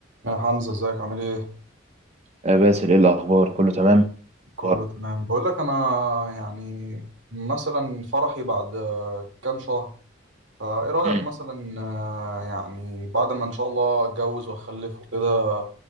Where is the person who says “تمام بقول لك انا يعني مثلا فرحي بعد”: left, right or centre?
Right